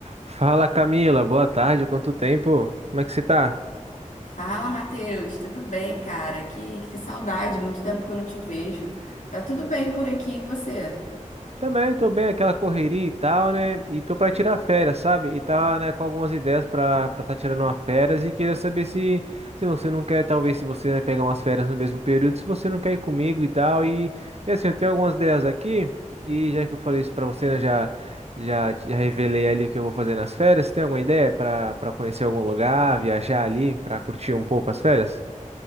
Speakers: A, on the right; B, on the left.
A: Fala Camila, boa tarde, quanto tempo? Como é que você tá?
B: Fala, Matheus, tudo bem, cara? Que, que saudade, muito tempo que eu não te vejo. Tá tudo bem por aqui, e você?
A: Também tô bem, aquela correria e tal, né? E tô pra tirar férias, sabe? E tava, né, com algumas ideias pra, pra tá tirando uma férias e queria saber se, se você não quer, talvez, se você, né, pegar umas férias no mesmo período, se você não quer ir comigo e tal. E, e assim, eu tenho algumas ideias aqui e já que eu falei isso pra você, né, já, já, já revelei ali o que eu vou fazer nas férias. Você tem alguma ideia pra, pra conhecer algum lugar, viajar ali, pra curtir um pouco as férias?